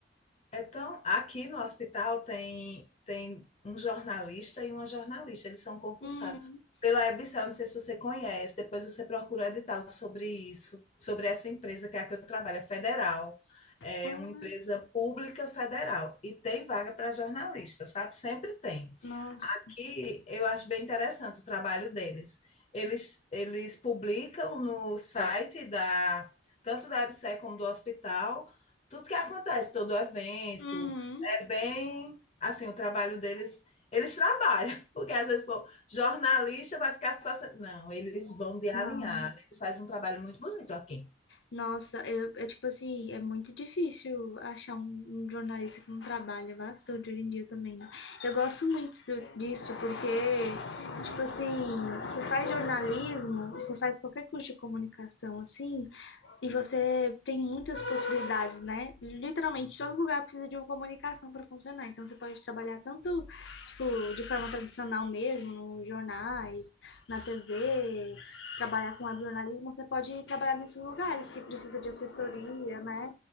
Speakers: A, on the left; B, on the left.
A: Então, aqui no hospital tem, tem um jornalista e uma jornalista, eles são concursados.
B: Hum.
A: Pela EBSERH, não sei se você conhece, depois você procura edital sobre isso, sobre essa empresa que é a que eu trabalho, é federal, é
B: Ai,
A: uma empresa pública federal, e tem vaga para jornalista, sabe? Sempre tem.
B: Nossa.
A: Aqui eu acho bem interessante o trabalho deles. Eles, eles publicam no site da, tanto da EBSERH como do hospital, tudo que acontece, todo evento,
B: Uhum.
A: é bem assim, o trabalho deles, eles trabalham, <laughs> porque às vezes, pô, jornalista vai ficar só. se- Não, eles vão de alinhar,
B: Não.
A: eles fazem um trabalho muito bonito aqui.
B: Nossa, eu, eu, tipo assim, é muito difícil achar um, um jornalista que não trabalha é bastante hoje em dia também, né? Eu gosto muito do- disso, porque, tipo assim, você faz jornalismo, você faz qualquer curso de comunicação, assim, e você tem muitas possibilidades, né? Literalmente, todo lugar precisa de uma comunicação para funcionar. Então, você pode trabalhar tanto, tipo, de forma tradicional mesmo, nos jornais, na TV, trabalhar com webjornalismo, você pode trabalhar nesses lugares que precisa de assessoria, né?